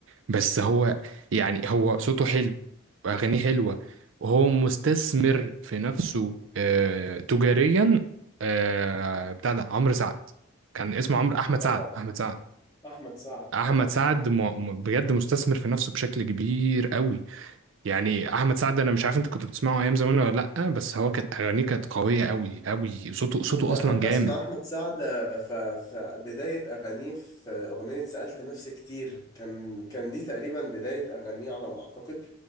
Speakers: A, on the right; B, on the left.
A: بس هو يعني هو صوته حلو واغانيه حلوة وهو مستثمر في نفسه آه تجاريا آه بتاع ده عمرو سعد كان اسمه عمرو احمد
B: طبعا
A: سعد احمد سعد
B: احمد سعد
A: احمد
B: طبعا
A: سعد
B: طبعا
A: م... م- بجد مستثمر في نفسه بشكل كبير قوي يعني احمد سعد انا مش عارف انت كنت بتسمعه ايام زمان ولا لا بس هو كانت اغانيه كانت قويه قوي قوي صوته صوته
B: كنت أحب
A: اصلا جامد
B: أسمع أحمد سعد في بداية أغانيه في أغنية سألت نفسي كتير كان كان دي تقريبا بداية أغانيه على ما أعتقد